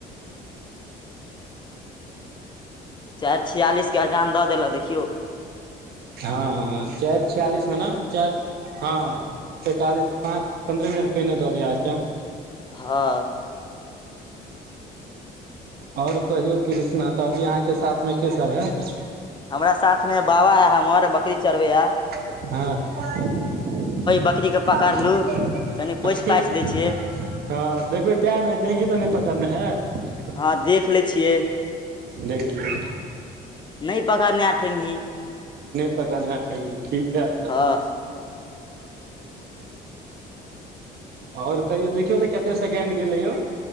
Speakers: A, on the left; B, on the right.
A: चारि छियालिस के अजान दऽ देलऽ देखियौ।
B: हँ ह चारि छियालिस मे ने चारि हँ पैंतालिस पाँच पन्द्रह मिनट पहिने दिये अजान।
A: हँ।
B: आओर कहियौ कृष्णा तऽ अभी अहाँके साथमे के सभ हैत।
A: हमरा साथमे बाबा हे हमर बकरी चढरबैये।
B: अ। <unintelligible>
A: बकरी के पकड़लू
B: हँ
A: कनि पोछि पाछि दै छियै
B: देखबै <unintelligible>
A: हँ देख लै छियै।
B: देख लियउ।
A: नय पकड़ने हेत ठेगही।
B: नय पकड़ने है ठेगही, ठीक है। तऽ
A: हँ।
B: आओर कहियो, देखियौ तऽ कते सेकेंड गेलै यौ?